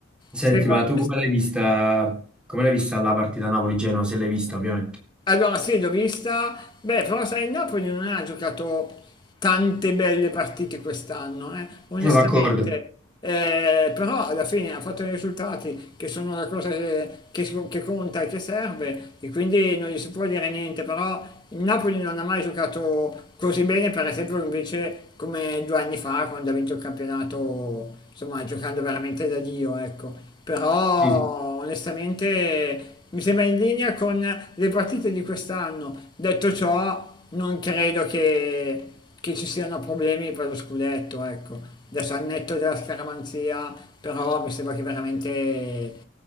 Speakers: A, in the centre; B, on the left.
A: Senti,
B: Secondo,
A: ma tu come l'hai vista, come l'hai vista la partita Napoli-Genoa? Se l'hai vista, ovviamente.
B: Allora sì, l'ho vista, beh, però sai, il Napoli non ha giocato tante belle partite quest'anno, eh, onestamente,
A: Sono d'accordo.
B: Eh, però alla fine ha fatto i risultati che sono la cosa che, che- so, che conta e che serve e quindi non gli si può dire niente, però il Napoli non ha mai giocato così bene, per esempio, invece come due anni fa quando ha vinto il campionato, insomma, giocando veramente da Dio, ecco. Però
A: Sì.
B: onestamente mi sembra in linea con le partite di quest'anno. Detto ciò, non credo che, che ci siano problemi per lo scudetto, ecco. Adesso al netto della scaramanzia, però mi sembra che veramente